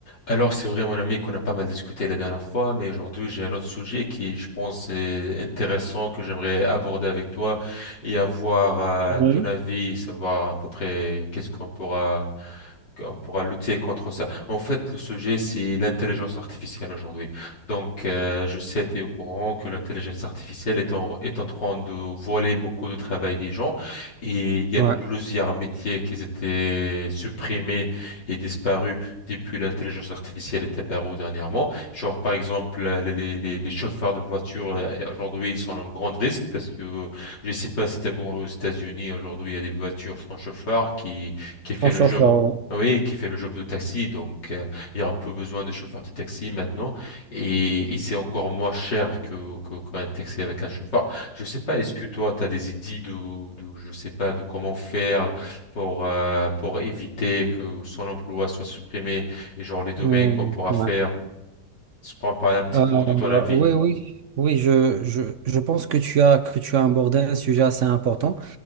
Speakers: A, on the left; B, on the right.
A: Alors, c'est vrai, mon ami, qu'on a pas mal discuté la dernière fois, mais aujourd'hui, j'ai un autre sujet qui, je pense, est intéressant, que j'aimerais aborder avec toi et avoir euh,
B: Oui,
A: ton avis, savoir à peu près qu'est-ce qu'on pourra, qu'on pourra lutter contre ça. En fait, le sujet, c'est l'intelligence artificielle aujourd'hui. Donc, euh, je sais, tu es au courant que l'intelligence artificielle est en, est en train de voler beaucoup de travail des gens et il y
B: ouais.
A: a plusieurs métiers qui étaient supprimés et disparus depuis l'intelligence artificielle est apparue dernièrement. Genre, par exemple, euh, les, les, les- les chauffeurs de voitures, euh, aujourd'hui, ils sont en grand risque parce que euh, je ne sais pas si t'as vu aux États-Unis, aujourd'hui, il y a des voitures sans chauffeur qui, qui
B: Son
A: fait le
B: chauffeur,
A: job.
B: ouais.
A: Oui, qui fait le job de taxi, donc euh, il y aura peu besoin de chauffeurs de taxi maintenant, et, et c'est encore moins cher que, que qu'un taxi avec un chauffeur. Je sais pas, est-ce que toi, tu as des idées de, de, je sais pas, de comment faire pour, euh, pour éviter que son emploi soit supprimé et genre les domaines
B: Euh,
A: qu'on pourra
B: ouais.
A: faire. Je prends par un petit
B: Euh,
A: peu de ton avis.
B: oui, oui, oui, je, je, je pense que tu as, que tu as abordé un sujet assez important.